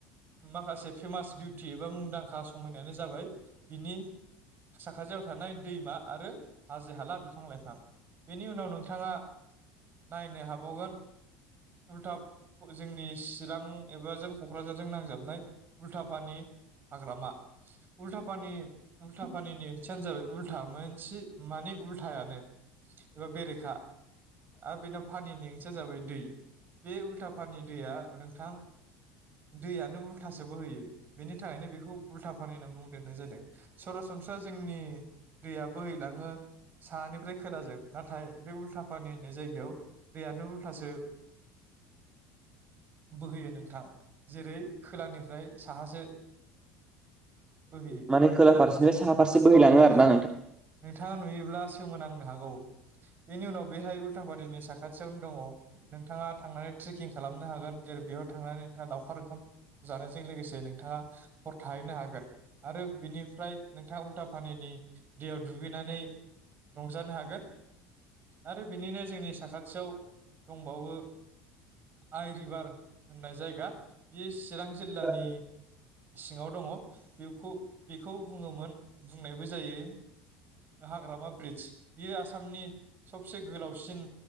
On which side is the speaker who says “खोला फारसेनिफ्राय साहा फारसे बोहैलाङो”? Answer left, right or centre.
Right